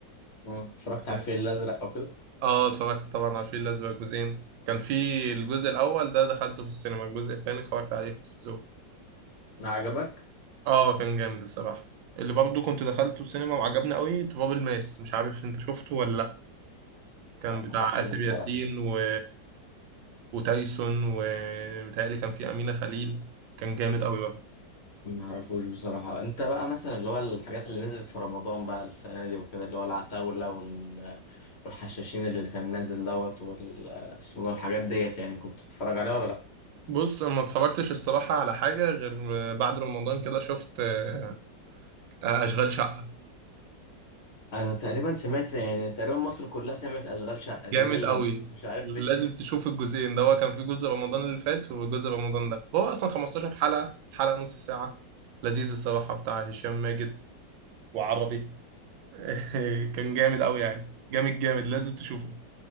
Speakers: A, on the left (about 55°); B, on the right (about 85°).
A: مم. اتفرجت
B: اه
A: على الفيل الأزرق أو كده
B: آه، اتفرجت طبعا على الفيل الأزرق جزئين كان في الجزء الأول ده دخلته في السينما الجزء التاني اتفرجت عليه في التلفزيون
A: عجبك؟
B: اه كان جامد الصراحة اللي برضه كنت دخلته السينما وعجبني قوي تراب الماس مش عارف انت شفته ولا لأ كان
A: لا ما
B: بتاع
A: عرفوش
B: آسر
A: بصراحة
B: ياسين و... وتايسون ومتهيألي كان فيه أمينة خليل كان جامد قوي
A: ما عرفوش بصراحة أنت بقى مثلا اللي هو الحاجات اللي نزلت في رمضان بقى السنة دي وكده اللي هو العتاولة وال... والحشاشين اللي كان نازل دوت وال اسمه ده الحاجات ديت يعني كنت بتتفرج عليها ولا لأ؟
B: بص أنا ما اتفرجتش الصراحة على حاجة غير بعد رمضان كده شفت آه، أشغال شقة
A: أنا تقريبا سمعت يعني تقريبا مصر كلها سمعت أشغال شقة دي
B: جامد
A: اللي
B: قوي
A: أنا مش عارف
B: لازم
A: ليه
B: تشوف
A: <laughs>
B: الجزئين ده هو كان في جزء رمضان اللي فات وجزء رمضان ده هو أصلا 15 حلقة الحلقة نص ساعة لذيذ الصراحة بتاع هشام ماجد وعربي <laughs> كان جامد قوي يعني جامد جامد لازم تشوفه